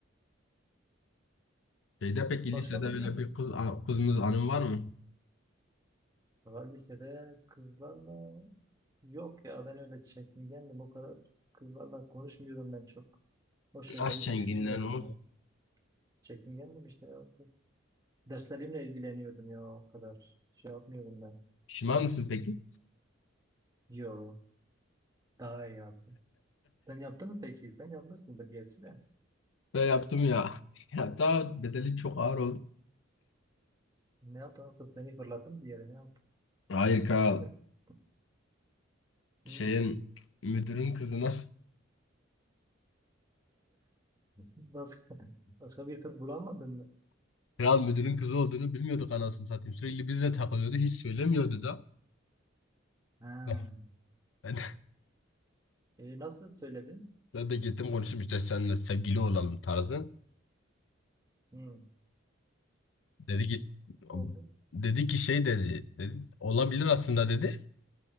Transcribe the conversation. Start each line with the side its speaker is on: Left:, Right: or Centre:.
Left: <laughs> Şeyde peki
Right: Başka
Left: lisede
Right: peki?
Left: öyle bir kız a- kızımız anım var mı?
Right: Daha lisede kızlarla yok ya ben öyle çekingendim o kadar kızlarla konuşmuyordum ben çok. O şeyleri
Left: Nasıl çenginden
Right: düşünmüyordum
Left: o?
Right: ya. Çekingendim işte ya. Çok. Derslerimle ilgileniyordum ya o kadar. Şey yapmıyordum ben.
Left: Pişman mısın peki?
Right: Yo daha iyi yaptım. Sen yaptın mı peki? Sen yapmışsındır gerçi de.
Left: Ben yaptım ya. <laughs> Ya daha bedeli çok ağır oldu.
Right: Ne yaptın? O Kız seni fırlattım bir yere ne yaptın?
Left: Hayır kral.
Right: <laughs>
Left: şeyin
Right: Hı.
Left: müdürün kızına
Right: Başka, <laughs> başka bir kız bulamadın mı?
Left: <laughs> kral müdürün kızı olduğunu bilmiyorduk anasını satayım. Sürekli bizle takılıyordu. Hiç söylemiyordu da.
Right: Ha.
Left: Ben, ben, de,
Right: E, nasıl söyledin?
Left: ben de gittim konuştum işte seninle sevgili olalım tarzı.
Right: Hmm,
Left: Dedi git
Right: oldu.
Left: dedi ki şey dedi, dedi olabilir aslında dedi.